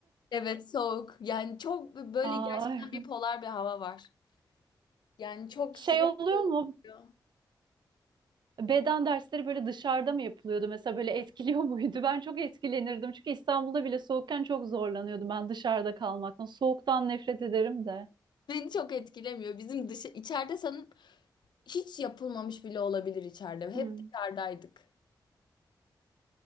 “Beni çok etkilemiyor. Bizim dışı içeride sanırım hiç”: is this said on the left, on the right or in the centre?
Left